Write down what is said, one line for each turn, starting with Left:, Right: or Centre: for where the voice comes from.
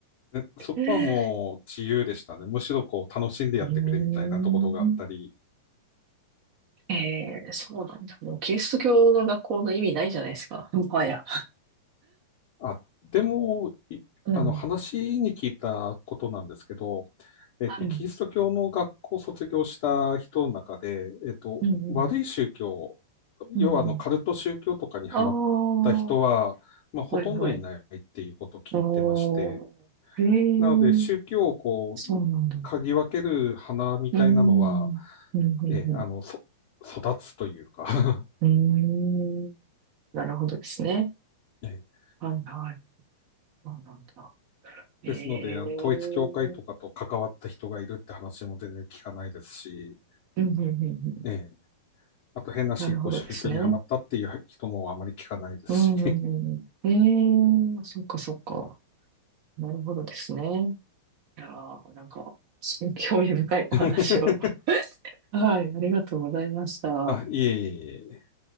Left: でそこはもう自由でしたね。
Right: う
Left: むしろこう楽しんでやってくれみたいなところがあったり、
Right: ーん。ええそうなんだ。もう、キリスト教の学校の意味ないじゃないですか。もはや。
Left: あ、でも、いあの、
Right: うん。
Left: 話に聞いたことなんですけど、えっと、
Right: うん。
Left: キリスト教の学校を卒業した人の中で、えっと、
Right: うん。うん。
Left: 悪い宗教、要はあの、
Right: うんうん。
Left: カルト宗教とかにハマった人は、
Right: ああ、は
Left: まあ、ほとんどいないっていうことを聞いてまして、
Right: いはい。おー、へ
Left: なので、宗教をこう、
Right: え、そうなんだ。
Left: 嗅ぎ分ける花みたいなのは、
Right: うーん。うん、うん、
Left: ええ、あの、そ、育つというか
Right: うん。うーん。なるほどですね。
Left: <laughs> ええ
Right: はい、はい。そうなんだ。ええー
Left: ですので、あの統一教会とかと関わった人がいるって話も全然聞かないですし、
Right: うん、うん、うん、うん。
Left: ええ、あと変な信仰宗教にはまったっていう人もあまり聞かないですし。
Right: なるほどですね。うん、うん、うんうん。ええーそっか、そっか。なるほどですね。いやーなんか、<laughs> 興味深いお話を。
Left: <laughs>
Right: <laughs> はい、ありがとうございました。
Left: あ、いえいえいえ。